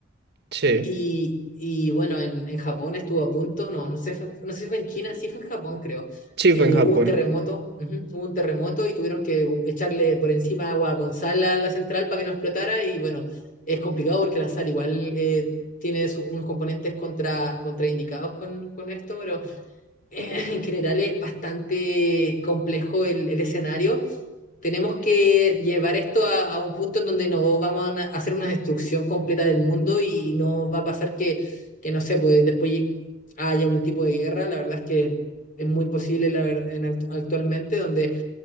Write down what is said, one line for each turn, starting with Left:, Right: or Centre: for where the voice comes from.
Right: Sí,
Left: y, y bueno, en, en Japón estuvo a punto, no, no sé, fue- no sé si fue en China, sí fue en Japón, creo.
Right: sí,
Left: Eh,
Right: fue en Japón.
Left: hubo un terremoto, ujú, hubo un terremoto y tuvieron que bu- echarle por encima agua con sal a la central para que no explotara. Y bueno, es complicado porque la sal igual eh, tiene su- unos componentes contra, contraindicados con, con esto, pero <laughs> eh, en general es bastante complejo el, el escenario. Tenemos que llevar esto a, a un punto en donde no vamos a una- a hacer una destrucción completa del mundo y no va a pasar que, que no sé, pues después haya un tipo de guerra. La verdad es que es muy posible la ver- en act- actualmente donde